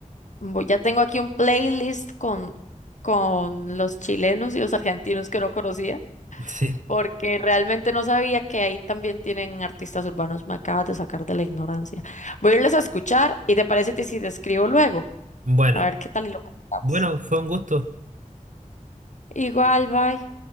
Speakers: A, on the left; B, on the right.
A: Voy- ya tengo aquí un playlist con, con los chilenos y los argentinos que no conocía,
B: <laughs> Sí.
A: porque realmente no sabía que ahí también tienen artistas urbanos. Me acabas de sacar de la ignorancia. Voy a irles a escuchar y te parece que si te escribo luego,
B: Bueno,
A: a ver qué tal y lo cantamos.
B: bueno, fue un gusto.
A: Igual, bye.